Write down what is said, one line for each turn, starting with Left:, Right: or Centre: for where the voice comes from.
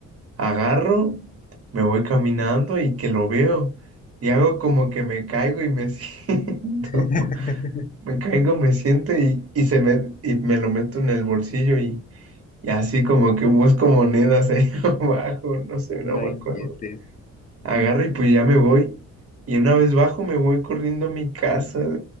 Right: Agarro, me voy caminando y que lo veo. Y hago como que me caigo y me <laughs> siento.
Left: <laughs>
Right: Me caigo, me siento y, y, se me, y me lo meto en el bolsillo y, y así como que busco monedas ahí <laughs> abajo, no sé, no
Left: No
Right: me
Left: inventes.
Right: acuerdo. Agarro y pues ya me voy. Y una vez bajo me voy corriendo a mi casa